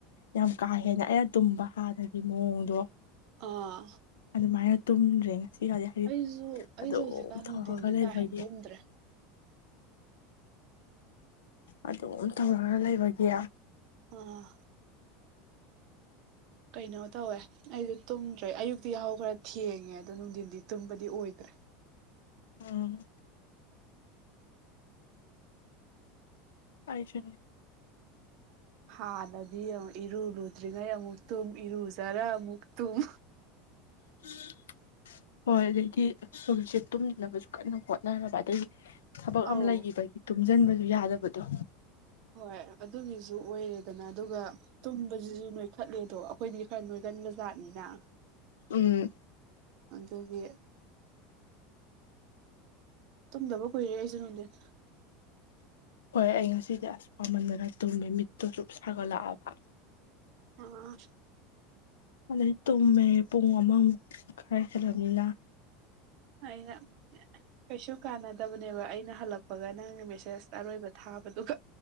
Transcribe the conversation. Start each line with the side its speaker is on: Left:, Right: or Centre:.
Left: ꯌꯥꯝ ꯀꯥ ꯍꯦꯟꯅ ꯑꯩꯅ ꯇꯨꯝꯕ ꯍꯥꯟꯅꯒꯤ ꯃꯑꯣꯡꯗꯣ
Right: ꯑꯥ
Left: ꯑꯗꯨꯃꯥꯏꯅ ꯇꯨꯝꯗ꯭ꯔꯦ ꯉꯁꯤꯒꯗꯤ ꯍꯥꯏꯗꯤ
Right: ꯑꯩꯁꯨ ꯑꯩꯁꯨ
Left: ꯑꯗꯨꯝ
Right: ꯍꯧꯖꯤꯛꯀꯥꯟ
Left: ꯇꯧꯔꯒ
Right: ꯅꯨꯡꯊꯤꯟꯗꯤ
Left: ꯂꯩꯕꯒꯤ
Right: ꯀꯥ ꯍꯦꯟꯅ ꯇꯨꯝꯗ꯭ꯔꯦ
Left: ꯑꯗꯨꯝ ꯇꯧꯅꯅ ꯂꯩꯕꯒꯤ
Right: ꯑꯣ ꯀꯩꯅꯣ ꯇꯧꯋꯦ ꯑꯩꯁꯨ ꯇꯨꯝꯗ꯭ꯔꯦ ꯑꯌꯨꯛꯇꯤ ꯌꯥꯍꯧ ꯈꯔ ꯊꯦꯡꯉꯦ ꯑꯗꯣ ꯅꯨꯡꯊꯤꯟꯗꯤ ꯇꯨꯝꯕꯗꯤ ꯑꯣꯏꯗ꯭ꯔꯦ
Left: ꯎꯝ ꯑꯩꯁꯨꯅꯤ
Right: ꯍꯥꯟꯅꯗꯤ ꯏꯔꯨ ꯂꯨꯗ꯭ꯔꯤꯉꯩ ꯑꯃꯨꯛ ꯇꯨꯝ ꯏꯔꯨꯖꯔ ꯑꯃꯨꯛ ꯇꯨꯝ
Left: <inaudible> ꯍꯣꯏ ꯑꯗꯩꯗꯤ ꯍꯧꯖꯤꯁꯦ ꯇꯨꯝꯗꯅꯕꯁꯨ ꯀꯟꯅ ꯍꯣꯠꯅꯔꯕ ꯑꯗꯩ ꯊꯕꯛ
Right: ꯑꯧ
Left: ꯑꯃ ꯂꯩꯈꯤꯕꯒꯤ ꯇꯨꯝꯁꯤꯟꯕꯗꯨ ꯌꯥꯗꯕꯗꯣ
Right: ꯍꯣꯏ ꯑꯗꯨꯒꯤꯁꯨ ꯑꯣꯏꯔꯦꯗꯅ ꯑꯗꯨꯒ ꯄꯨꯟꯕꯁꯤꯁꯨ ꯅꯣꯏꯈꯠꯂꯦꯗꯣ ꯑꯩꯈꯣꯏꯗꯤ ꯈꯔ ꯅꯣꯏꯒꯟꯕꯖꯥꯠꯅꯤꯅ
Left: ꯎꯝ
Right: ꯑꯗꯨꯒꯤ ꯇꯨꯝꯗꯕ ꯀꯨꯏꯔꯦ ꯑꯩꯁꯨ ꯅꯨꯡꯗꯤꯟ
Left: ꯍꯣꯏ ꯑꯩ ꯉꯁꯤꯗꯤ ꯑꯁ ꯄꯃꯟꯗꯅ ꯇꯨꯝꯃꯦ ꯃꯤꯠꯇꯣ ꯁꯨꯝ ꯁꯥꯒꯠꯂꯛꯑꯕ
Right: ꯑꯥ
Left: ꯑꯗꯩ ꯇꯨꯝꯃꯦ ꯄꯨꯡ ꯑꯃꯃꯨꯛ ꯈꯔ ꯍꯦꯂꯕꯅ
Right: ꯑꯩꯅ ꯀꯩꯁꯨ ꯀꯥꯟꯅꯗꯕꯅꯦꯕ ꯑꯩꯅ ꯍꯜꯂꯛꯄꯒ ꯅꯪꯅ ꯃꯦꯁꯦꯁ ꯑꯔꯣꯏꯕ ꯊꯥꯕꯗꯨꯒ